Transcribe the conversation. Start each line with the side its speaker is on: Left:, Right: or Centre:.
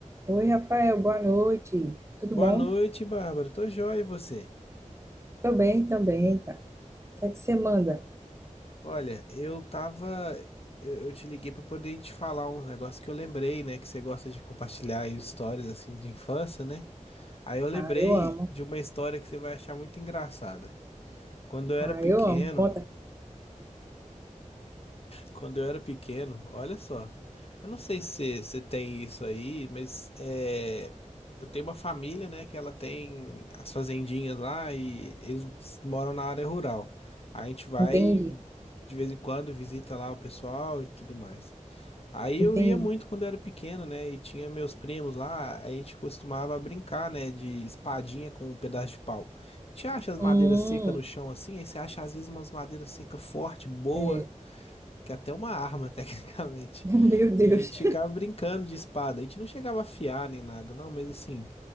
Right: Oi, Rafael, boa noite. Tudo
Left: Boa
Right: bom?
Left: noite, Bárbara. Tô joia, e você?
Right: Tô bem também, cara. O que é que você manda?
Left: Olha, eu tava. Eu eu te liguei pra poder te falar uns negócios que eu lembrei, né? Que você gosta de compartilhar aí histórias assim de infância, né? Aí eu lembrei
Right: Ah, eu amo.
Left: de uma história que você vai achar muito engraçada. Quando eu era
Right: Ah,
Left: pequeno,
Right: eu amo. Conta.
Left: Quando eu era pequeno, olha só. Eu não sei se você tem isso aí, mas é, eu tenho uma família, né, que ela tem as fazendinhas lá e eles moram na área rural. A gente vai
Right: Entendi,
Left: de vez em quando visita lá o pessoal e tudo mais. Aí eu
Right: entendi.
Left: ia muito quando eu era pequeno, né, e tinha meus primos lá, a gente costumava brincar, né, de espadinha com um pedaço de pau. A gente acha as
Right: Hum,
Left: madeiras secas no chão assim, aí você acha às vezes umas madeiras secas forte, boa
Right: é.
Left: que é até uma arma, <laughs> tecnicamente.
Right: <laughs> Meu Deus.
Left: E a gente ficava brincando de espada. A gente não chegava a afiar nem nada, não, mas assim,